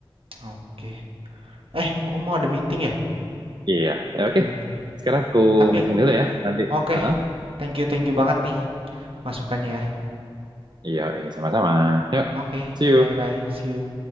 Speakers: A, on the right (about 75°); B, on the right (about 50°).
A: Oke. Eh, kok mau ada meeting ya?
B: Iya. Ya,
A: Oke,
B: oke.
A: oke.
B: Sekarang aku
A: Tapi,
B: meeting dulu ya. Nanti.
A: oke.
B: uh
A: Thank you, thank you banget nih masukannya ya.
B: Iya, iya, sama-sama. Yuk.
A: Oke,
B: See you.
A: bye-bye. See you.